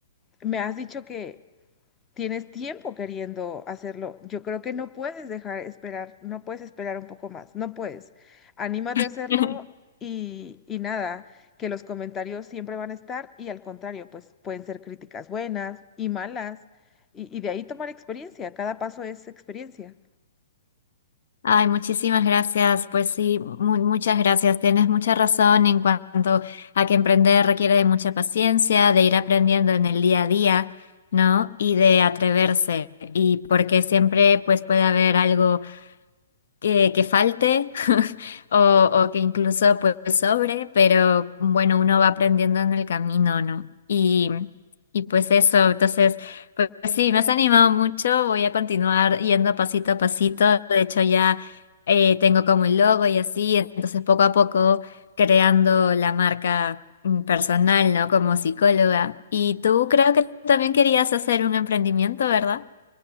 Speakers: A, on the left (about 15°); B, on the left (about 60°).
A: me has dicho que tienes tiempo queriendo hacerlo. Yo creo que no puedes dejar esperar, no puedes esperar un poco más, no puedes. Anímate a
B: <laughs>
A: hacerlo y, y nada, que los comentarios siempre van a estar y al contrario, pues pueden ser críticas buenas y malas. Y, y de ahí tomar experiencia, cada paso es experiencia.
B: Ay, muchísimas gracias. Pues sí, mu- muchas gracias. Tienes mucha razón en cuanto a que emprender requiere de mucha paciencia, de ir aprendiendo en el día a día, ¿no? Y de atreverse. Y porque siempre pues puede haber algo que, que falte <laughs> o, o que incluso pues sobre, pero bueno, uno va aprendiendo en el camino, ¿no? Y, y pues eso, entonces, pues pues sí, me has animado mucho, voy a continuar yendo pasito a pasito, de hecho ya eh, tengo como el logo y así, entonces poco a poco creando la marca mm, personal, ¿no? Como psicóloga. Y tú creo que también querías hacer un emprendimiento, ¿verdad?